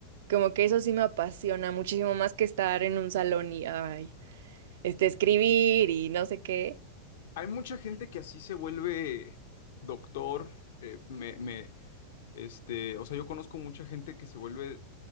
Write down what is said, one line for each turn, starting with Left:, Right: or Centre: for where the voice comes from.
Right: Como que eso sí me apasiona muchísimo más que estar en un salón y, ay, este, escribir y no sé qué.
Left: Hay mucha gente que así se vuelve doctor. eh, me, me, este, o sea, yo conozco mucha gente que se vuelve